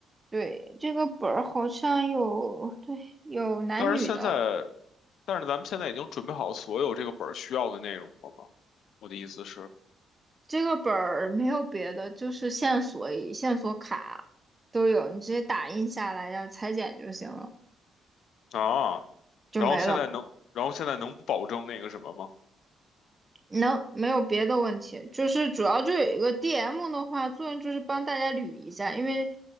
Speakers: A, on the right; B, on the left.
A: 对，这个本儿好像有对有男女的，
B: 但是现在，但是咱们现在已经准备好所有这个本儿需要的内容了吗？我的意思是
A: 这个本儿没有别的，就是线索线索卡都有，你直接打印下来要裁剪就行了，
B: 啊，
A: 就没了。
B: 然后现在能，然后现在能保证那个什么吗？
A: 能，没有别的问题，就是主要就有一个 DM 的话，作用就是帮大家捋一下，因为